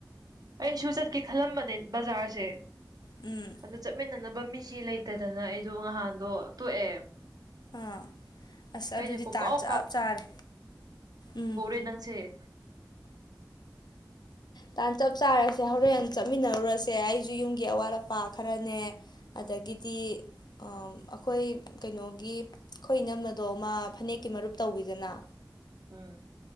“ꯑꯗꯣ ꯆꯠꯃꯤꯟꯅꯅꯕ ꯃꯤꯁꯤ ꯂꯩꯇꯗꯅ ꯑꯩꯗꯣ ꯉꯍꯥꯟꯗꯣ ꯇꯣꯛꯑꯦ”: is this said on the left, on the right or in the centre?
Right